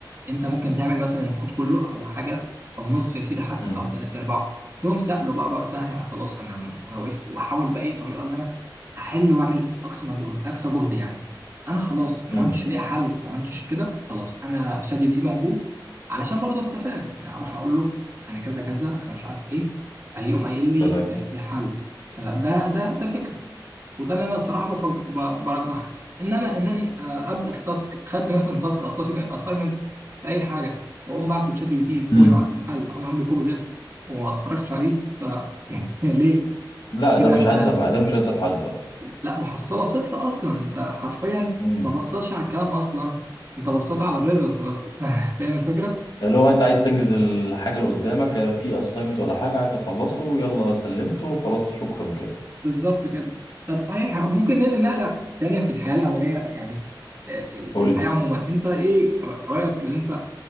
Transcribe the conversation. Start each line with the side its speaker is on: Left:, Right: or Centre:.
Right: انت ممكن تعمل مثلا الكود كله او حاجه او نص يا سيدي حتى
Left: امم
Right: او ثلاث ارباعه تقوم سأله بقى وقتها يعني خلاص انا انا وقفت واحاول باي طريقه ان انا احل واعمل اقصى مجهود اقصى جهد يعني انا خلاص ما
Left: امم
Right: كنتش لاقي حل ما كنتش كده خلاص انا شات جي بي تي موجود علشان برضه استفاد يعني اروح اقول له انا كذا كذا انا مش عارف ايه فهيقوم قايل لي
Left: تمام
Right: آه، الحل فده ده ده فكره وده اللي انا الصراحه بفج... ب- برجحها انما انني آه، ابدا في تاسك خدت مثلا تاسك اسايمنت في اي حاجه واقوم بعته لشات جي بي تي وهو
Left: امم
Right: يبعت لي الحل اقوم عامل كوبي بيست وما اتفرجتش عليه ف <laughs> ليه
Left: لا
Right: كده
Left: ده مش انسب
Right: انا
Left: ده مش انسب حل اه
Right: لا محصله صفر اصلا انت حرفيا
Left: امم
Right: ما بصتش على الكلام اصلا انت بصيت على الريزلت بس <laughs> فاهم الفكره
Left: اللي هو انت عايز تنجز الحاجه اللي قدامك آه، في اساينمنت ولا حاجه عايز اخلصه يلا سلمته خلاص شكرا كده
Right: بالظبط كده طب صحيح ممكن ننقل نقله تانيه في الحياه العمليه يعني آه،
Left: قول
Right: الحياه
Left: لي
Right: عموما انت ايه رايك اللي انت